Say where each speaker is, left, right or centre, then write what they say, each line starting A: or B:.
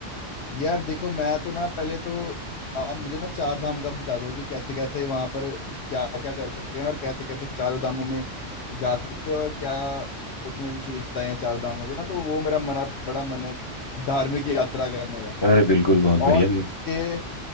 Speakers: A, on the left; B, on the left.
A: यार देखो मैं तो ना पहले तो आप मुझे ना चार धाम का बता दो कि कैसे कैसे वहां पर क्या क्या कर सकते हैं और कैसे कैसे चारों धामों में जा सकते हैं और क्या उसमें विशेषताएं हैं चार धामों के ना तो वो मेरा मना बड़ा मन है धार्मिक यात्रा करने का
B: अरे बिल्कुल बहुत बढ़िया
A: और
B: मैं
A: उसके